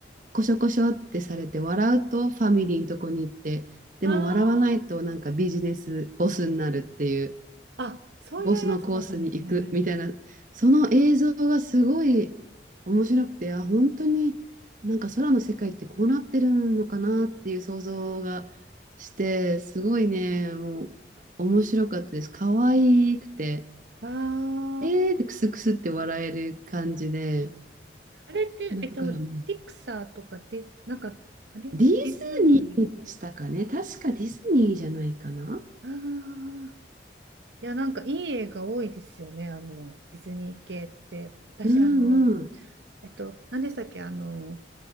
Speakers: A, on the right (about 45°); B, on the right (about 75°).
A: こしょこしょってされて、笑うとファミリーのとこに行って、でも笑わないとなんかビジネスボスになるっていう、
B: あああ、そういうやつだったんですね。
A: ボスのコースに行くみたいな、その映像がすごい面白くて、あ、本当になんか空の世界ってこうなってるのかなっていう想像がして、すごいね、もう面白かったです。可愛くて。
B: ああ、
A: えー、でクスクスって笑える感じで、
B: あれって、
A: だからもう、
B: えっと、ピクサーとかで、なんか、あれ、
A: ディ
B: ディズニ
A: ズニーでしたかね。確かディズニーじゃないかな。
B: ー。ああ、いや、なんかいい映画多いですよね、あの、ディズニー系って。私、
A: うんうん。
B: あの、えっと、何でしたっけ、あの、